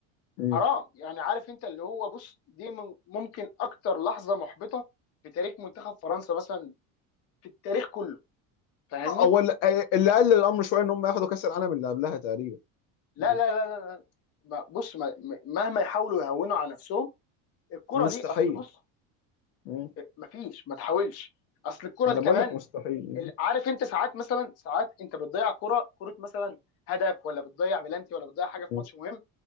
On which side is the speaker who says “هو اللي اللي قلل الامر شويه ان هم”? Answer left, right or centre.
Left